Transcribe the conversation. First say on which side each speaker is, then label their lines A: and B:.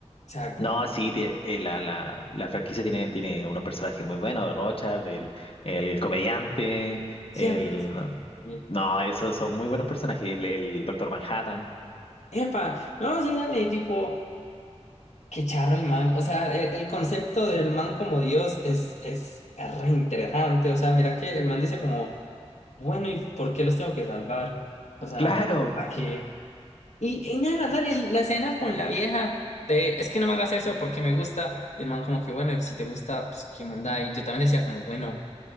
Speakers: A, on the left; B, on the left.
A: O sea, God,
B: No, sí, tie- eh, la, la, la franquicia tiene, tiene unos personajes muy buenos, de Rochard, el, el comediante,
A: siempre.
B: el...
A: Sí.
B: No, esos son muy buenos personajes, el, el Doctor Manhattan.
A: Epa, no, sí, dale, tipo, qué charro el man. O sea, e- el, concepto del man como Dios es, es re interesante. O sea, mira que el man dice como. Bueno, ¿y por qué los tengo que salvar? O sea,
B: Claro,
A: ¿para qué? Y, y nada, dale, la escena con la vieja de, es que no me hagas eso porque me gusta. Y el man como que, bueno, si te gusta, pues qué onda. Y yo también decía como, bueno,